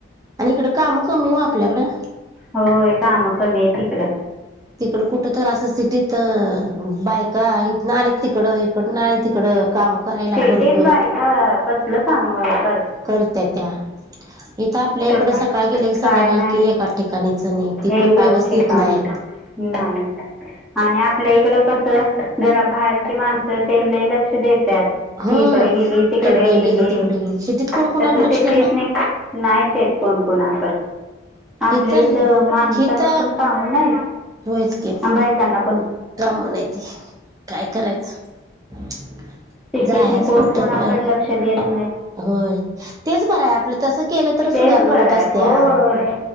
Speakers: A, on the right; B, in the centre.
A: आणि इकडं काम कमीए ओ आपल्याकडं.
B: होय. काम कमी ए तिकड.
A: तिकड कुठ तर असं सिटीत बायका आहेत ना? आणिक तिकड- नाही तिकडं काम. करायला
B: <unintelligible>
A: भरपूर
B: का कसलं कामावर?
A: करत्या त्या. इथ आप- -पल्या
B: सग
A: इकड सकाळ गेले की
B: काय
A: संध्याकाल
B: नाही
A: कि एका ठिकाणीच नि ती
B: एकाच
A: पण व्यवस्थित
B: ठिकाणी
A: नाही.
B: नाही. आणि आपल्या इकड कस जरा बाहेरची माणसं त्यांलाही लक्ष देत्यात.
A: हा
B: तू इकडे कडे गेली. तिकडे
A: इकडं
B: गेली.
A: तिकडे शेतीत कोण कोणाकडे
B: तस सिटीत
A: लक्ष देत
B: नाही- नाही देत कोण कोणाकडं. आपल्या
A: हिथल
B: इथ माणसांना
A: हित
B: पण काम नाहीत.
A: होयच की
B: आन बायकांना -
A: <unintelligible> ते काय करायचं?
B: सिटीत
A: जायचं
B: कोण
A: कुठ
B: कोणाकड
A: तर काय
B: लक्ष देत नाहीत.
A: होय. तेच बरंय. आपलं तसं केलं तर
B: तेच
A: सुधारणा
B: बरं
A: होत
B: आहे
A: असत्या.
B: होय